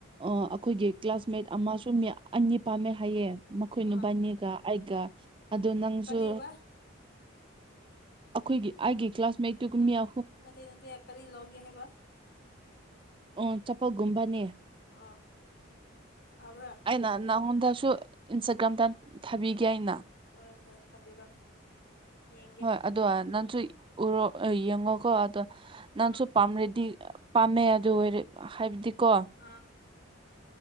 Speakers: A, on the right; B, on the left.
A: ꯑ ꯑꯩꯈꯣꯏꯒꯤ ꯀ꯭ꯂꯥꯁꯃꯦꯠ ꯑꯃꯁꯨ ꯃꯤ ꯑꯅꯤ ꯄꯥꯝꯃꯦ ꯍꯥꯏꯌꯦ ꯃꯈꯣꯏ
B: ꯎꯝ
A: ꯅꯨꯕꯥꯅꯤꯒ ꯑꯩꯒ ꯑꯗꯨ ꯅꯪꯁꯨ
B: ꯀꯔꯤꯑꯕ
A: ꯑꯩꯈꯣꯏꯒꯤ ꯑꯩꯥꯒꯤ ꯀ꯭ꯂꯥꯁꯃꯦꯠꯇꯨ ꯀꯨꯝꯌꯥ
B: ꯅꯠꯇꯦ ꯅꯠꯇꯦ ꯀꯔꯤ ꯂꯥꯎꯒꯦ ꯍꯥꯢꯕ
A: ꯑꯣ ꯆꯥꯝꯄꯥꯜꯒꯨꯝꯕꯅꯦ
B: ꯑꯣ ꯐꯥꯕ꯭ꯔꯥ
A: ꯑꯩꯅ ꯅꯪꯉꯣꯟꯗꯁꯨ ꯏꯟꯁꯇꯥꯒ꯭ꯔꯥꯝꯗ ꯊꯥꯕꯤꯒꯦ ꯍꯥꯢꯅ
B: ꯍꯣꯏ ꯍꯣꯏ ꯊꯥꯕꯤꯔꯣ ꯌꯦꯡꯒꯦ
A: ꯍꯣꯏ ꯑꯗꯣ ꯅꯪꯁꯨ ꯎꯔꯣ ꯌꯦꯡꯉꯣꯀꯣ ꯑꯗꯣ ꯅꯪꯁꯨ
B: ꯑꯥ
A: ꯄꯥꯝꯔꯦꯗꯤ ꯄꯥꯝꯃꯦ ꯑꯗꯨ ꯑꯣꯏꯔꯦ ꯍꯥꯏꯕꯗꯤꯀꯣ
B: ꯑꯥ